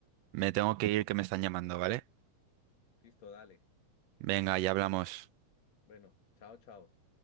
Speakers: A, on the right; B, on the left.
A: me tengo que ir que me están llamando, ¿vale?
B: Listo, dale.
A: Venga, ya hablamos.
B: Bueno, chao, chao.